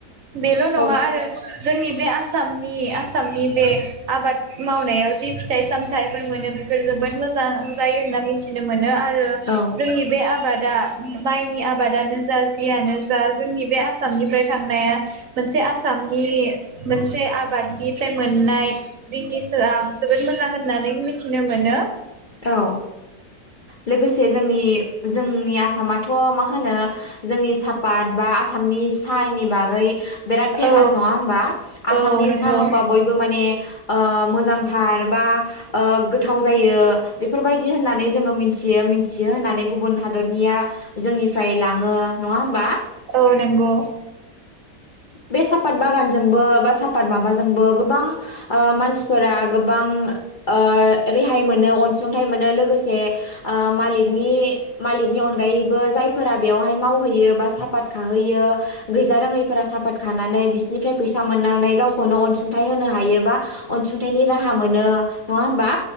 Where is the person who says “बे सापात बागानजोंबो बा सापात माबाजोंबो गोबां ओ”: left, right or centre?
Left